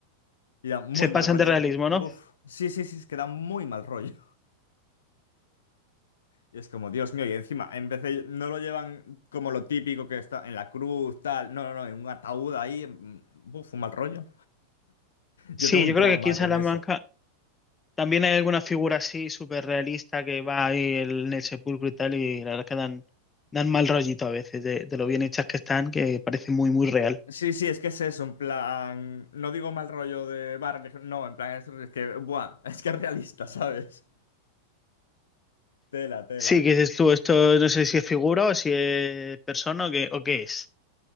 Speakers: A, on the left (about 65°); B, on the left (about 15°).
A: Y da muy
B: Se pasan
A: mal rollo.
B: de realismo,
A: Buf,
B: ¿no?
A: sí, sí, sí, es que da muy mal rollo. Y es como, Dios mío, y encima, en vez de, no lo llevan como lo típico que está en la cruz, tal, no, no, no, en un ataúd ahí, en- mm, buf, un mal rollo.
B: Sí,
A: Yo tengo un
B: yo
A: trauma
B: creo que aquí en Salamanca
A: con eso.
B: también hay alguna figura así súper realista que va ahí el- en el sepulcro y tal, y la verdad que dan, dan mal rollito a veces de, de lo bien hechas que están, que parece muy, muy real.
A: Sí, sí, es que es eso, en plan, no digo mal rollo de bar, no, en plan, es, es que, buah, <laughs> es que es realista, ¿sabes? Tela, tela.
B: Sí, que dices tú, esto no sé si es figura o si es persona o qué, o qué es.